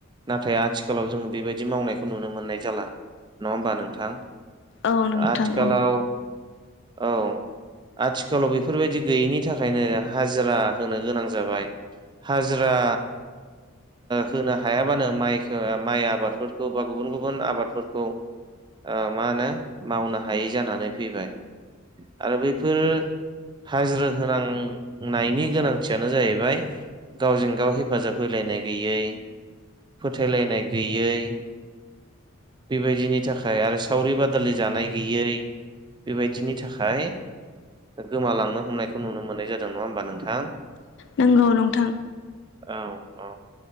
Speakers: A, on the right; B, on the left.
A: नाथाय आथिखालाव जोङो बेबायदि मावनायखौ नुनो मोननाय जाला नङा होमबा नोंथां
B: औ नोंथां
A: आथिखालाव
B: औ
A: औ आथिखालाव बेफोरबायदि गैयैनि थाखायनो हाजिरा होनो गोनां जाबाय हाजिरा होनो हायाबानो माइखौ माइ आबादफोरखौ बा गुबुन गुबुन आबादफोरखौ ओ मा होनो मावनो हायै जानानै फैबाय आरो बैफोर हाजिरा होनांनायनि गोनांथियानो जाहैबाय गावजों गाव हेफाजाब होलायनाय गैयै फोथायलायनाय गैयै बेबायदिनि थाखाय आरो सावरि बादालि जानाय गैयै बेबायदिनि थाखाय गोमालांनो हमनायखौ नुनो मोननाय जादों नङा होमबा नोंथां
B: नंगौ नोंथां
A: औ औ